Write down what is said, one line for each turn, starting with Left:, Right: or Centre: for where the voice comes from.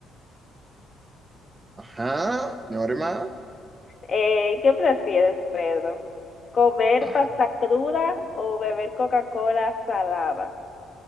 Right: Ajá, Norma.
Left: Eh, ¿qué prefieres, Pedro? ¿Comer
Right: Ajá.
Left: pasta cruda o beber Coca-Cola salada?